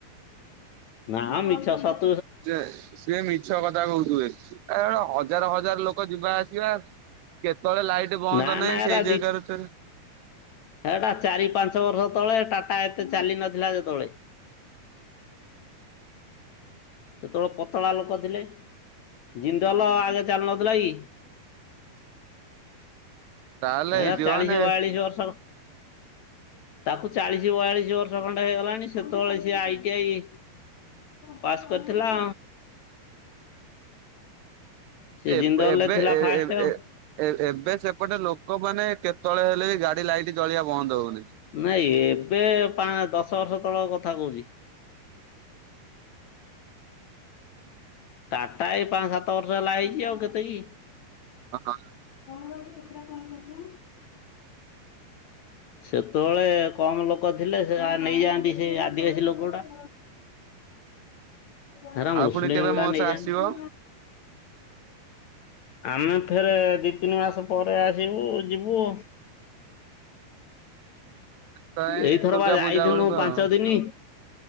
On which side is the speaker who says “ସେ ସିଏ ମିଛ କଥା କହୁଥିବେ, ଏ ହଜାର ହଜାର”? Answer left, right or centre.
Right